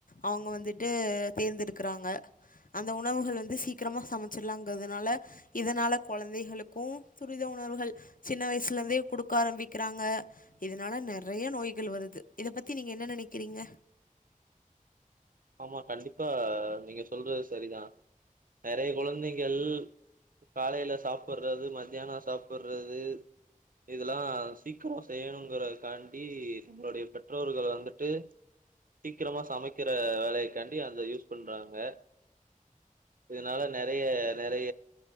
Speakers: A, on the left; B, on the right.
A: அவுங்க வந்துட்டு தேர்ந்தெடுக்கறாங்க அந்த உணவுகள் வந் சீக்கிரமா சமைச்சிடலாங்கறதுனால இதனால கொழந்தைகளுக்கு துரித உணர்வுகள் சின்ன வயசுல இருந்தே குடுக்க ஆரம்பிக்கிறாங்க இதனால நெறைய நோய்கள் வருது இத பத்தி நீங்க என்ன நெனக்கிறீங்க
B: ஆமா கண்டிப்பா நீங்க சொல்றது சரிதா நெறைய குழந்தைகள் காலைல சாப்பட்றது மத்தியானோ சாப்பட்றது இதெல்லா சீக்கரோ செய்யணுங்கறகாண்டி நம்மளோடைய பெற்றோர்கள் வந்துட்டு சீக்கிரமா சமைக்கற வேலையைக்காண்டி அந்த யூஸ் பண்றாங்க இதனால நெறைய நெறைய